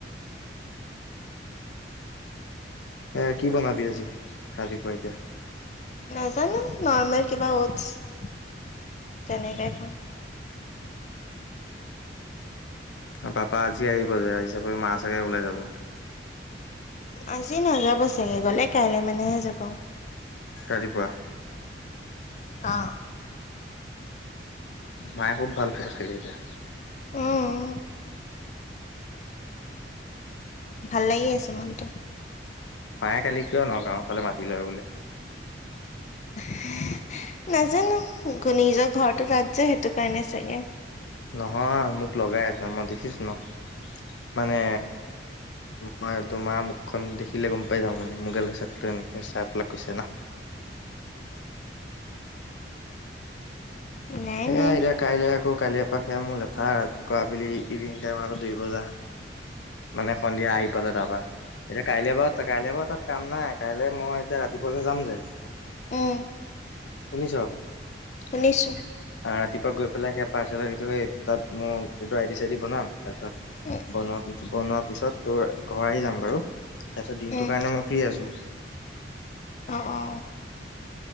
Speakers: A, on the left; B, on the left.
A: এ কি বনাবি আজি। ৰাতিপুৱা এতিয়া?
B: নাজানো নৰ্মেল। কিবা অটছ তেনেকে খাওঁ।
A: পাপা আজি আহিব যে আহিছোপ মা চাগে ওলাই যাব।
B: আজি নযাব চাগে গলে কাইলে মানেহে যাব।
A: ৰাতিপুৱা।
B: অ।
A: মায়ে খুব ভাল পাইছে চাগে এতিয়া।
B: উম। ভাল লাগি আছে মনটো।
A: মায়ে কালি কিয় নগাঁৱৰ ফালে মাতি লয় বোলে।
B: <unintelligible> নাজানো নিজৰ ঘৰটো তাত যে সেইটো কাৰণে চাগে।
A: নহয় মোক লগাই আছে মই দেখিছো ন? মানে মই তোমাৰ মুখখন দেখি। লে গম পাই যাওঁ মানে মগাল হচাকটো এনেকৈ চাই পেলাক কৈছে না,
B: নাই
A: সেয়া
B: নাই
A: এতিয়া কাইলৈ আকৌ। কালিৰ পৰা সেয়া মোৰ লেঠা কৰা বুলি ইভিনিং টাইমৰ আকৌ দৌৰিব যা। মানে সন্ধিয়া আহি পালে তাৰপা এতিয়া কাইলে বাৰু কাইলে বাৰু তাত কাম নাই কাইলৈ মই এতিয়া ৰাতিপুৱা যে যাম যে
B: উম।
A: শুনিছ?
B: শুনিছোঁ,
A: ৰাতিপুৱা গৈ পেলাই সেই পাৰ্চেল থৈ তাত মোৰ এইটো আই ডি চাইডি বনাম। তাৰ পিছত
B: উম,
A: বনোৱা বনোৱাৰ পিছত তোৰ ঘৰ আহি যাম বাৰু তাৰ পিছত দিনটোৰ
B: উম,
A: কাৰণে মই ফ্ৰি আছো।
B: অ অ।